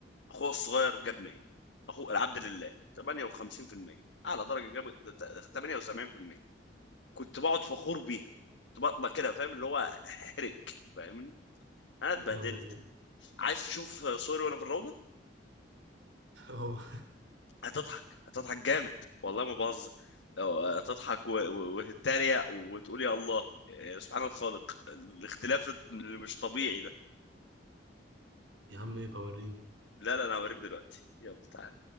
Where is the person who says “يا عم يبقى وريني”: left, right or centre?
Right